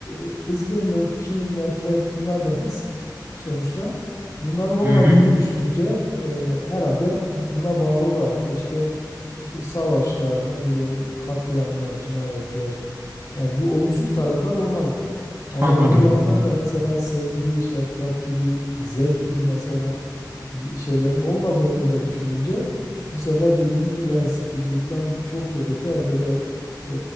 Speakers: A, on the left; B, on the right.
A: e, kızgınlık, kin, nefret bunlar da his sonuçta. Bunların olmadığını
B: Hı hı.
A: düşününce e, herhalde buna bağlı olarak da işte işte savaşlar, ne bileyim katliamlar, cinayetler yani bu olumsuz taraflar olmazdı. Ama
B: Anladım.
A: öbür yandan da mesela sevgi, şefkat gibi, zevk gibi mesela y- şeylerin olmadığını da düşününce bu sefer dediğiniz gibi yani sıkıcılıktan çok çok öte böyle e,